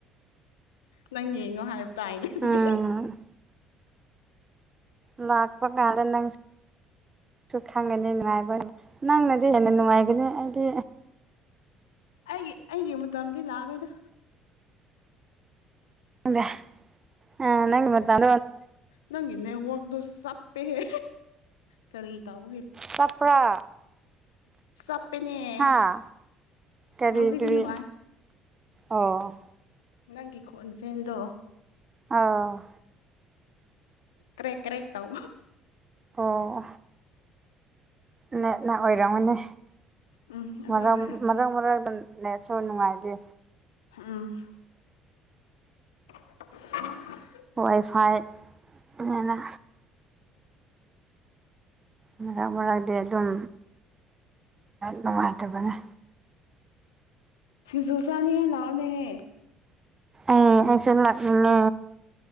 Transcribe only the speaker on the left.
ꯅꯪ ꯌꯦꯡꯉꯣ ꯍꯥꯏꯕ ꯇꯥꯏꯅꯦ ꯑꯗꯨꯗꯤ
<inaudible>
ꯑꯩꯒꯤ ꯑꯩꯒꯤ ꯃꯇꯝꯗꯤ ꯂꯥꯛꯑꯔꯣꯏꯗ
ꯅꯪ ꯅꯦꯠꯋꯥꯛꯗꯣ ꯆꯞꯄꯦꯍꯦ ꯀꯔꯤ ꯇꯧ
ꯆꯞꯄꯦꯅꯦ
ꯍꯧꯖꯤꯛꯇꯤ
ꯅꯨꯡꯉꯥꯏ
ꯅꯪꯒꯤ ꯈꯣꯟꯖꯦ ꯟꯗꯣ
ꯀ꯭ꯔꯦ ꯀ꯭ꯔꯦꯛ ꯇꯎ
ꯎꯝ ꯑꯗꯨ
ꯑꯣꯏꯔꯝꯅꯤ
ꯎꯝ <unintelligible>
ꯁꯤꯖꯨꯁꯥꯅꯤꯉꯦ ꯂꯥꯑꯣꯅꯦꯍꯦ